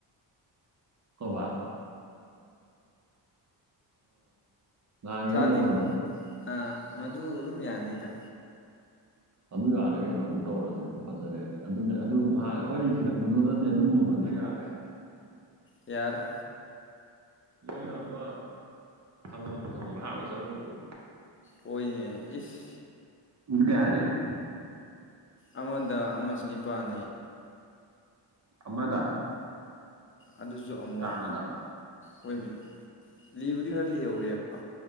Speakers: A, on the right; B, on the left.
A: ꯀꯕꯥ ꯑ ꯅꯦ
B: ꯁꯥꯗꯤ
A: ꯃꯦ ꯍꯗꯣ
B: ꯑꯥ ꯃꯗꯨ ꯑꯗꯨꯝ ꯌꯥꯅꯤꯗ
A: ꯑꯗꯨ ꯌꯥꯔꯦ ꯀꯩꯅꯣ ꯑꯗꯨ ꯇꯧꯔꯁꯦ ꯑꯗꯨ ꯐꯖꯔꯦ ꯑꯗꯨꯅꯦ ꯑꯗꯨ ꯉꯍ ꯑꯩꯈꯣꯏꯅ ꯊꯤꯔꯛꯄꯗꯨꯗꯗꯤ ꯑꯗꯨꯒꯨꯝꯕꯜ ꯖꯥꯔꯦ ꯋꯥ
B: ꯌꯥꯔ
A: ꯅꯣꯏꯅ ꯑꯃ ꯍꯪꯉꯝꯕꯗꯣ ꯍꯪꯕ꯭ꯔ ꯍꯥꯞꯅ ꯆꯪꯉꯕꯗꯣ
B: ꯑꯣꯏꯅꯅꯦ ꯏꯁ
A: ꯏ ꯀꯦ ꯍꯥꯏꯔꯣ
B: ꯑꯃꯗ ꯑꯃꯁꯨ ꯅꯤꯄꯥꯜꯅꯤ
A: ꯑꯃꯗ
B: ꯑꯗꯨꯁꯨ ꯑꯃꯣꯝ
A: ꯀꯥꯡꯉꯗ
B: ꯑꯣꯏꯃꯦ ꯂꯤꯕꯨꯗꯤ ꯈꯔ ꯂꯤꯍꯧꯔꯦꯕ